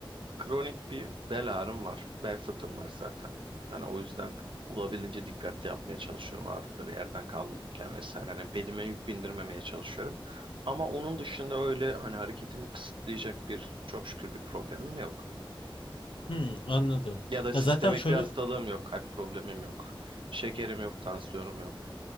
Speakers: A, on the right (about 65°); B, on the left (about 70°).
A: Kronik bir bel ağrım var. Bel fıtığım var zaten. Hani o yüzden olabildiğince dikkatli yapmaya çalışıyorum ağırlıkları yerden kaldırırken vesaire. Hani belime yük bindirmemeye çalışıyorum. Ama onun dışında öyle hani hareketimi kısıtlayacak bir çok şükür bir problemim yok.
B: Hmm, anladım.
A: Ya da sistemik
B: Ya zaten şöyle
A: bir hastalığım yok, kalp problemim yok, şekerim yok, tansiyonum yok.